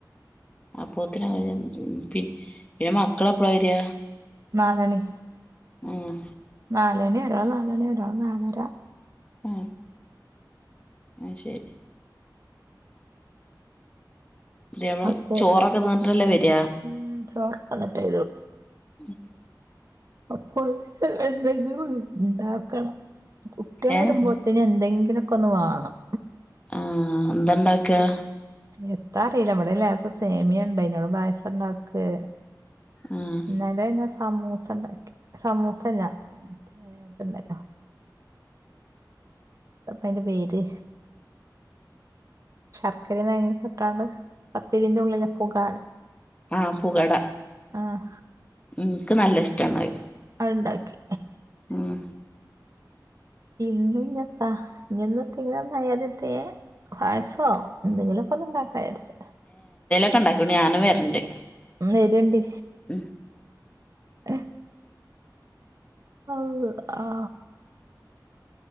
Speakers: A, on the left; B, on the right.
A: അപ്പോത്തിന് <unintelligible> പി ന്നെ മക്കൾ എപ്പളാ വരാ
B: നാലണി
A: ഉം
B: നാലണി ഒരാൾ നാലണി ഒരാൾ നാലര
A: അ അശരി പുതിയാപ്പിള
B: അപ്പോ
A: ചോറൊക്കെ നിന്നിട്ടല്ലേ വര
B: ഉം ചോറൊക്കെ തിന്നിട്ടേ
A: ഉം
B: അപ്പോത്തിന് എന്തെങ്കിലും ണ്ടാക്കണം കുട്ടിയൾ വരുമ്പോത്തിന്
A: ഏഹ്
B: എന്തെങ്കിലുക്കെ ഒന്ന് വാണം
A: ആ എന്താണ്ടാക്ക
B: എത്താ അറിയില്ല വിടെ ലേശം സേമിയണ്ട് അഹ് പായസം ണ്ടാക്കെ
A: ആഹ്
B: ഇന്നലെ എൻ ഹസ് സമൂസ ണ്ടാക്കി സമൂസല്ലാ മറ്റേ ത്‌ണ്ടല്ലോ ന്താപ്പ അയിന്റെ പേര് ശർക്കരേം തേങ്ങട്ടാണ്ട് പത്തിരിന്റെ ഉള്ളില പുകാട
A: ആഹ പുകട
B: ആഹ്
A: ഇൻക്ക് നല്ല ഇഷ്ടാണ് അ
B: അഹ്ണ്ടാക്കി
A: മം
B: ഇന്ന് ഇന്നഞാത്താ ങ്ങന്നത്തെ ങ്ങനെ നത്തെ പായസം എന്തെങ്കിലുകൊന്ന് ണ്ടാക്കാരിച്
A: ഒക്കെണ്ടാക്കൂടി ഞാനും വരണ്ട്
B: ന്ന വേരേണ്ടി
A: ഉം
B: ഹ് ആഹ് അ